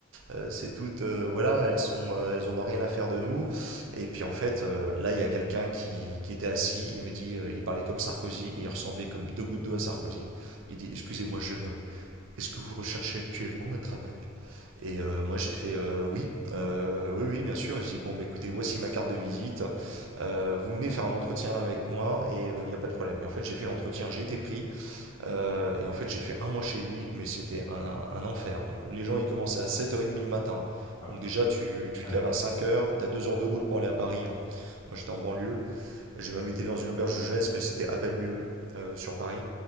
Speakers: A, on the right (about 70°); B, on the left (about 20°).
A: euh, c'est toutes, euh, voilà, elles sont, euh, elles en ont rien à faire de nous. Et puis en fait, euh, là, il y a quelqu'un qui, qui était assis, il me dit, euh, il parlait comme Sarkozy, et il ressemblait comme deux gouttes d'eau à Sarkozy. Il dit, excusez-moi, jeune homme, est-ce que vous recherchez actuellement un travail? Et euh, moi j'ai fait euh, oui, euh, oui, oui, bien sûr. Et je dis bon, bah, écoutez, voici ma carte de visite. Euh, vous venez faire un entretien avec moi et il n'y a pas de problème. Et en fait, j'ai fait l'entretien, j'ai été pris. Euh, et en fait, j'ai fait un mois chez lui, mais c'était un, un enfer. Les gens ils commençaient à 7h30 le matin.
B: Oh là
A: Donc déjà, tu, tu
B: là.
A: te
B: Ouais,
A: lèves à cinq heures tu as 2 heures de route pour aller à Paris. hein. Moi j'étais en banlieue. Je même
B: d'accord.
A: été dans une auberge de jeunesse, mais c'était à peine mieux euh, sur Paris.